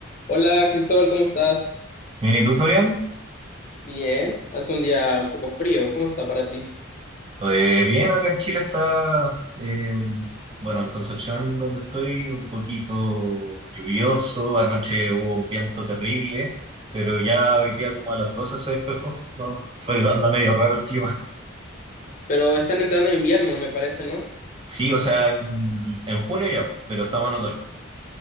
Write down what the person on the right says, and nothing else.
Bien, ¿y tú, Fabián?
Eh, bien, acá en Chile está, eh, bueno, en Concepción, donde estoy, un poquito lluvioso. Anoche hubo un viento terrible, pero ya hoy día como a las 12 se despejó, <laughs> ¿no? Fue, anda medio raro el clima.
Sí, o sea, en, en junio ya, pero estamos en otoño.